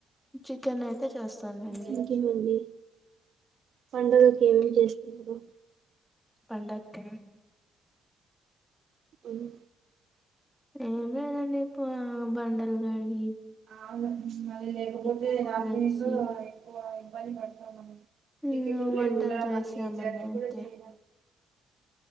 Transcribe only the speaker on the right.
<inaudible> పండగకి ఏమేం చేస్తారు.
ఉమ్.
అవును, మళ్ళీ లేకపోతే
హాఫ్
మినిట్ ఎక్కువ ఇబ్బంది పడతాము.
టికెట్
లేకుండా,
ఏ జర్నీ
గుడా జేయాలెం.